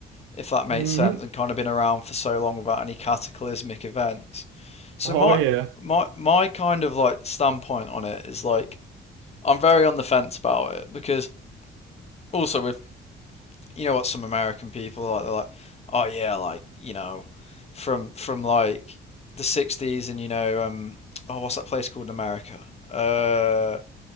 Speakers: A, on the left; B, on the right.
A: if that makes
B: hmm
A: sense, and kind of been around for so long without any cataclysmic events. So
B: Oh
A: my
B: yeah.
A: my my kind of like standpoint on it is like I'm very on the fence about it because also with you know what some American people are like they're like, oh yeah, like you know, from from like the '60s and you know, um, oh what's that place called in America? Uh,